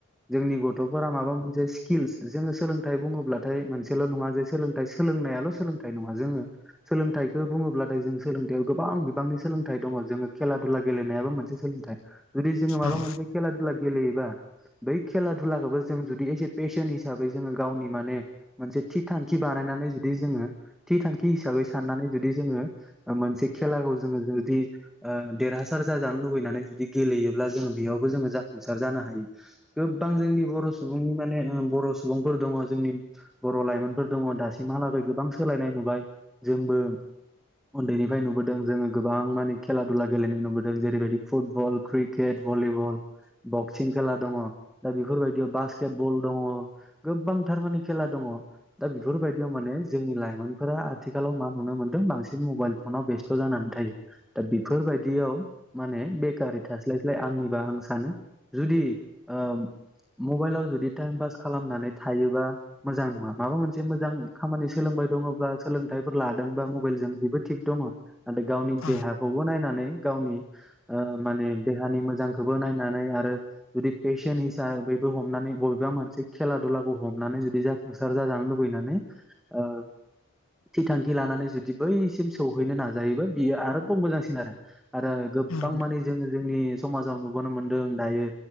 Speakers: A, in the centre; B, on the left (about 80°).
A: जोंनि गथ'फोरा माबा मोनसे स्किल्स जोङो सोलोंथाइ बुङोब्लाथाय मोनसेल' नङा जे सोलोंथाइ सोलों नायाल' सोंथाइ नङा जोंङो सोंथाइखौ बुङोब्लाथाय जों सों गोबां बिबांनि सोलोंथाइ दङ जों खेला दुला गेलेनायाबो मोनसे सोलोंथाय जुदि जोङो माबा
B: ओं
A: मोनसे खेला दुला गेलेयोबा बै खेला धुलाखौबो जों जुदि एस ए पेसन हिसाबै जोङो गावनि माने मोनसे थि थांखि बानायनानै जुदि जोङो थि थांखि हिसाबै साननानै जुदि जोङो ओ मोनसे खेलाखौ जोंङो जुदि ओ देरहासार जाजानो लुबैनानै जुदि गेलेयोब्ला जोङो बेयावबो जोङो जाफुंसार जानो हायो गोबां जोंनि बर' सुबुंनि माने ओ बर' सुबुंफोर दङ जोंनि बर' लाइमोनफोर दङ दासिमहालागै गोबां सोलायनाय नुबाय जोंबो उन्दैनिफ्राय नुबोदों जोङो गोबां माने खेला दुला गेलेनाय नुबोदों जेरैबायदि फुटबल क्रिकेट भलिबल बक्सिं खेला दङ दा बेफोरबायदियाव बास्केट बल दङ गोबांथारमाने खेला दङ दङ दा बेफोरबायदियाव माने जोंनि लाइमोनफोरा आथिखालाव मा नुनो मोनदों बांसिन मबाइल फनाव बेस स्थ' जानानै थायो दा बेफोरबायदियाव माने बेकारै थास्लायस्लाय आंनिबा आं सानो जुदि ओ मबाइलाव जुदि टाइम पास खालामनानै थायोबा मोजां नङा माबा मोनसे मोजां खामानि सोलों हय दङब्ला सोलोंथाइफोर लादोंबा मबाइलजों बेबो थिग दङ नाथाय गावनि
B: ओं
A: देहाखौबो नायनानै गावनि ओ माने देहानि मोजांखौबो नायनानै आरो जुदि पेशन हिसाबैबो हमनानै बबेबा मोनसे खेला दुलाखौ हमनानै जुदि जाफुंसार जाजानो लुबैनानै ओ थि थांखि लानानै जुदि बैसिम सौहैनो नाजायोबा बियो आरोबाव मोजांसिन आरो आरो गोबां
B: ओं
A: माने जोङो जोंनि समाजाव नुबोनो मोनदों दायो